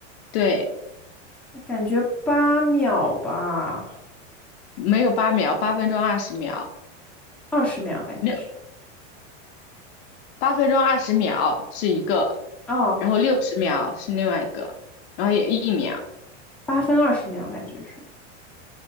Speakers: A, on the left (about 60°); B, in the centre.
A: 对，
B: 感觉八秒吧，
A: 没有八秒，八分钟二十秒，
B: 二十秒感觉是，
A: 六八分钟二十秒是一个，
B: 哦，
A: 然后六十秒是另外一个，然后有一秒。
B: 八分二十秒感觉是，